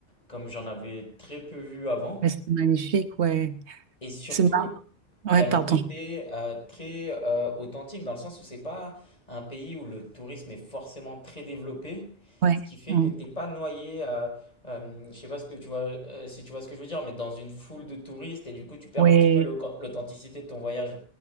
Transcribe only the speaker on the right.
Ouais, C'est magnifique, ouais.
C'est mar-
ouais,
pardon,
ouais,
Mm.
ouais,